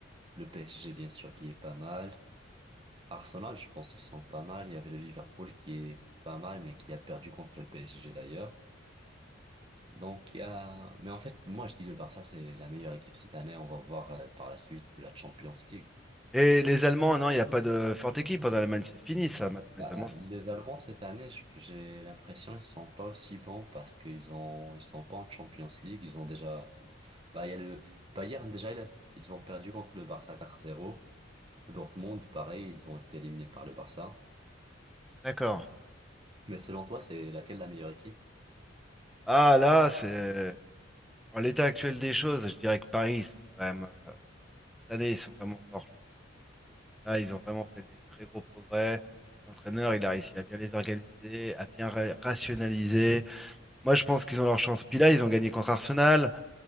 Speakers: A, on the right; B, in the centre.
A: Le PSG, bien sûr, qui est pas mal. Arsenal, je pense qu'ils sont pas mal. Il y avait le Liverpool qui est pas mal, mais qui a perdu contre le PSG d'ailleurs. Donc il y a... Mais en fait, moi je dis le Barça, c'est la meilleure équipe cette année. On va voir euh, par la suite de la Champions League.
B: Et les Allemands, non, il n'y a pas de forte équipe hein, dans l'Allemagne. C'est fini, ça, maintenant,
A: Bah,
B: les Allemands. c'est-
A: les Allemands cette année, je- j'ai l'impression ils sont pas aussi bons parce qu'ils ont ils sont pas en Champions League. Ils ont déjà... Bah, il y a le Bayern déjà, il a- ils ont perdu contre le Barça 4-0. Dortmund, pareil, ils ont été éliminés par le Barça.
B: D'accord.
A: Mais selon toi, c'est laquelle la meilleure équipe?
B: Ah, là, c'est... En l'état actuel des choses, je dirais que Paris, ils sont quand même... euh, Cette année, ils sont vraiment forts, je trouve. Là, ils ont vraiment fait des très gros progrès. L'entraîneur, il a réussi à bien les organiser, à bien ra- rationaliser. Moi, je pense qu'ils ont leur chance. Puis là, ils ont gagné contre Arsenal.